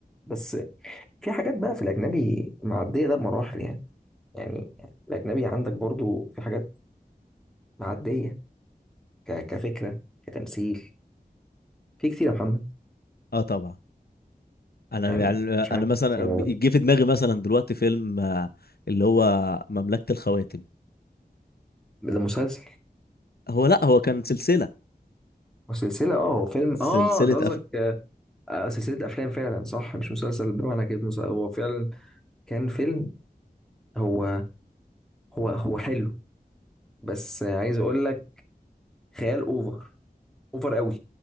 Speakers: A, in the centre; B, on the left.
A: بس في حاجات بقى في الاجنبي معديه ده بمراحل يعني يعني الاجنبي عندك برضو في حاجات معديه ك... كفكرة كتمثيل في كتير يا محمد
B: اه طبعا انا
A: يعني
B: يعني انا
A: مش عارف
B: مثلا
A: آه،
B: جه في دماغي مثلا دلوقتي فيلم آه، اللي هو مملكه الخواتم
A: ده مسلسل
B: هو لا هو كان سلسله
A: وسلسلة اه هو فيلم
B: سلسله
A: اه انت قصدك
B: أف...
A: آه، آه، سلسلة أفلام فعلا صح مش مسلسل بمعنى كده مسلسل هو فعلا كان فيلم هو هو هو حلو بس آه، عايز أقول لك خيال أوفر أوفر قوي